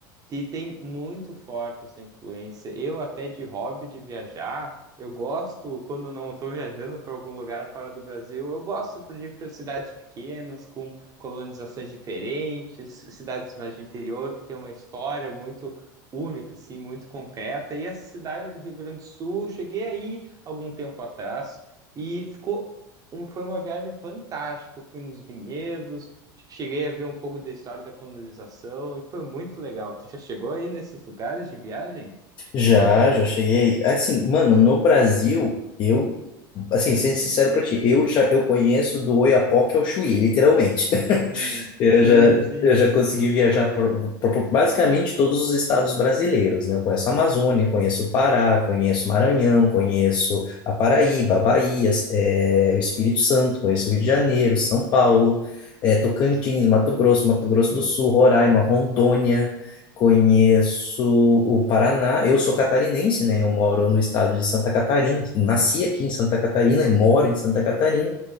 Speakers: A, on the right; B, on the left.
A: E tem muito forte essa influência. Eu até de hobby de viajar, eu gosto quando eu não estou viajando para algum lugar fora do Brasil, eu gosto de ir para cidades pequenas com colonizações diferentes, cidades mais de interior que tem uma história muito única, assim, muito concreta. E essa cidade do Rio Grande do Sul, eu cheguei aí algum tempo atrás e ficou um- foi uma viagem fantástica. Eu fui nos vinhedos, Cheguei a ver um pouco da história da colonização e foi muito legal. Tu já chegou aí nesses lugares de viagem?
B: Já, já cheguei aí. Assim, mano, no Brasil, eu, assim, sendo sincero pra ti, eu já eu conheço do Oiapoque ao Chuí, literalmente.
A: Hum,
B: Eu
A: Sim,
B: já,
A: sim,
B: eu já consegui viajar por, por- por basicamente todos os estados brasileiros, né? Eu conheço a Amazônia, conheço o Pará, conheço o Maranhão, conheço a Paraíba, a Bahia, eh, o Espírito Santo, conheço o Rio de Janeiro, São Paulo, eh, Tocantins, Mato Grosso, Mato Grosso do Sul, Roraima, Rondônia, conheço o Paraná. Eu sou catarinense, né? Eu moro no estado de Santa Catarina, nasci aqui em Santa Catarina e moro em Santa Catarina.